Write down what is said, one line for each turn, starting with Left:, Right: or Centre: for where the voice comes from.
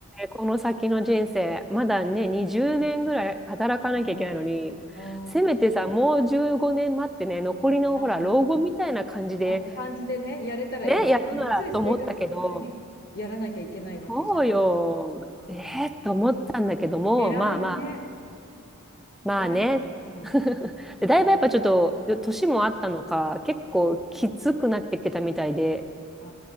Centre: この先の人生、まだね、20年ぐらい働かなきゃいけないのに、
Left: ああ、
Centre: せめてさ、もう15年待ってね、残りのほら、
Left: あ
Centre: 老後みたいな感じで、
Left: あ、あ感じでね、やれたらいいのに、
Centre: ね、やるならと思ったけど、
Left: がっつり生活のためにやらなきゃいけないわけじゃん。
Centre: そうよ、
Left: ああ、
Centre: えー、と思ったんだけども、
Left: 偉いね。
Centre: まあまあ、まあね。
Left: 偉いな。
Centre: <laughs> でだいぶやっぱちょっと、年もあったのか、結構きつくなってきてたみたいで、
Left: ああ、